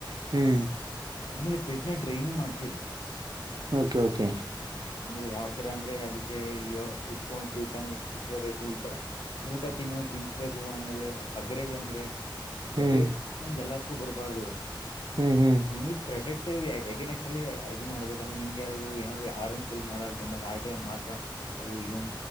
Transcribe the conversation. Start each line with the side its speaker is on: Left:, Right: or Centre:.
Right: ಹ್ಮ್
Left: ಆಮೇಲೆ ಪೆಟ್ನ ಟ್ರೈನು ಮಾಡ್ಸಿ.
Right: ಓಕೆ ಓಕೆ
Left: ಅಂದ್ರೆ ಯಾವ್ ತರ ಅಂದ್ರೆ ಅದಕ್ಕೆ ಈಗ ಕುತ್ಕೋ ಸ್ವೀಟ್ ಅಂದ್ರೆ ಕುತ್ಕೋಬೇಕು ಈತರ ಊಟ ತಿನ್ನೋದು ತಿನ್ನಿಸಬೇಕು ಆಮೇಲೆ ಅಗ್ರೇಜ್ ಅಂದ್ರೆ
Right: ಹ್ಮ್
Left: ಅಗ್ರಸ್ ಎಲ್ಲಕ್ಕೂ ಬರ್ಬಾರ್ದು
Right: ಹ್ಮ್ ಹ್ಮ್
Left: ನಿಮಗೆ ಪ್ರೊಟೆಟ್ ಎಗೇನ್ ಎಕ್ಸ್ಟ್ ಅಲ್ಲಿ ಇದು ಮಾಡ್ಬೇಕುಂದ್ರೆ ನಿಮ್ಗೆ ಯಾರಾದ್ರು ಏನಾದ್ರು ಆರಂ ಫುಲ್ ಮಾಡಕ ಬಂದಾಗ ಆರ್ ಟಿಲ್ ಮಾತ್ರ ಅದು ಇದ